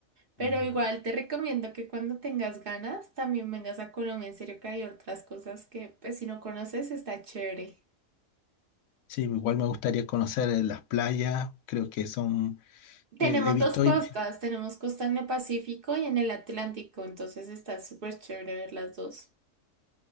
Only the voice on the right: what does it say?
Pero
igual te recomiendo que cuando tengas ganas también vengas a Colombia, en serio que hay otras cosas que pues si no conoces está chévere.
Tenemos
dos costas,
tenemos costa en el Pacífico y en el Atlántico, entonces está súper chévere ver las dos.